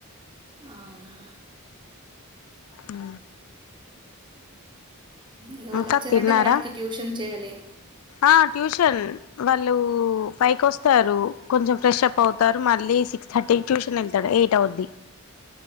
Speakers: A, on the right; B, on the left.
A: అవునా!
B: ఊ
A: ఇక వాళ్ళు
B: ఇంకా
A: వచ్చారంటే
B: తిన్నారా
A: వాళ్ళకి ట్యూషన్ చేయాలి
B: ఆ ట్యూషన్ వాళ్ళు ఫైవ్ కి వస్తారు కొంచెం ఫ్రెష్అప్ పోతారు మళ్ళీ సిక్స్ థర్టీ కి ట్యూషన్ వెళ్తాడు ఎయిట్ అవుద్ది